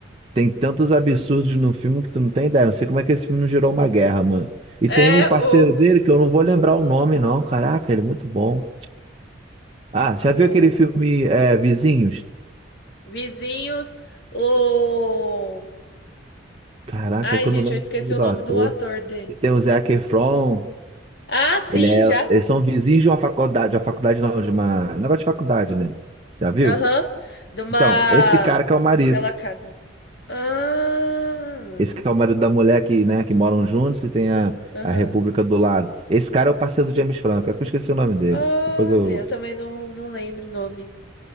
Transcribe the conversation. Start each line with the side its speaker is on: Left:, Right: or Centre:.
Right: Tem tantos
Left: A entrevista.
Right: absurdos no filme que tu não tem ideia. Não sei como é que esse filme não gerou uma guerra, mano. E
Left: É
Right: tem um parceiro
Left: o,
Right: dele que eu não vou lembrar o nome, não. Caraca, ele é muito bom. Ah, já
Left: o
Right: viu aquele filme é, Vizinhos?
Left: Vizinhos, o.
Right: Caraca,
Left: Ai,
Right: que
Left: gente,
Right: eu não lembro
Left: eu esqueci
Right: o nome
Left: o
Right: do
Left: nome
Right: ator.
Left: do ator dele.
Right: E tem o Zac Efron.
Left: Ah, sim,
Right: Ele é,
Left: já sim.
Right: eles são vizinhos de uma faculdade, a faculdade não, de uma, um negócio de faculdade, né? Já viu?
Left: Aham. De uma.
Right: Então, esse cara que é o marido,
Left: Aquela casa. Ah.
Right: esse que é o marido da mulher que, né, que moram juntos e tem a,
Left: Aham.
Right: a República do lado. Esse cara é o parceiro do James Franco, é que eu esqueci o nome dele.
Left: Olha,
Right: Depois eu...
Left: eu também não, não lembro o nome.